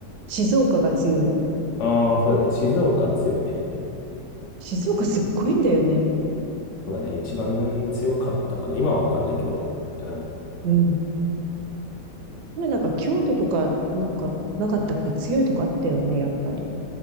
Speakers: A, on the right; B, on the left.
A: 静岡が強い。
B: ああ、そうだね。静岡強いね。
A: 静岡すっごいんだよね。
B: そうだね。一番強かったかな。今はわかんないけど。うん。
A: うん。今なんか京都とか、なんか、なかったっけ強いとこあったよね、やっぱり。